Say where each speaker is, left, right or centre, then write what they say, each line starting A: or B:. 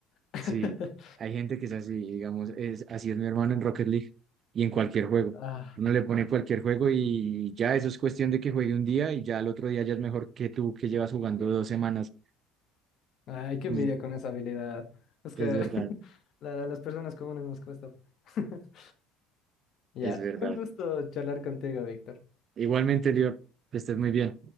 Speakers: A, on the left; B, on the right.
A: <laughs>
B: Sí, hay gente que es así, digamos, es, así es mi hermano en Rocket League y en cualquier juego.
A: Ah,
B: Uno le pone cualquier juego y ya eso es cuestión de que juegue un día y ya al otro día ya es mejor que tú que llevas jugando dos semanas.
A: ay, qué
B: Y
A: envidia con esa habilidad. Es
B: es
A: que
B: verdad,
A: <laughs> la- las personas comunes nos cuesta. <laughs> Ya,
B: es verdad.
A: fue un gusto charlar contigo, Víctor.
B: Igualmente, Lior, que estés muy bien.